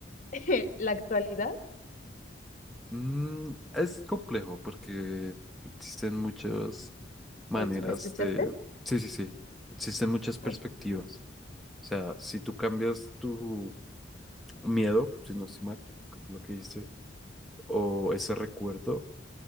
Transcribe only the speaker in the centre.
Mm, es complejo porque existen muchas maneras
de... Sí, sí, sí. Existen muchas perspectivas.
O sea, si tú cambias tu miedo, si no estoy mal, que fue lo que hice, o ese recuerdo